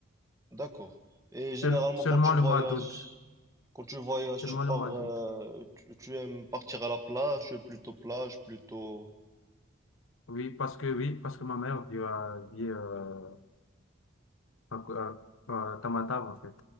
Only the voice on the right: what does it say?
D'accord. Et
généralement,
quand tu voyages,
quand tu voyages,
tu pars,
euh, tu, tu aimes partir à la plage, tu es plutôt plage, plutôt...